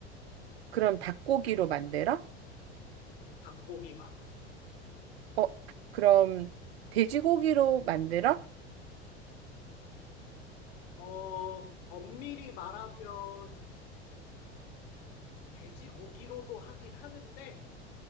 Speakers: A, on the right; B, on the left.
A: 그럼 닭고기로 만들어?
B: 닭고기 맞아.
A: 어, 그럼 돼지고기로 만들어?
B: 어, 엄밀히 말하면 돼지고기로도 하긴 하는데,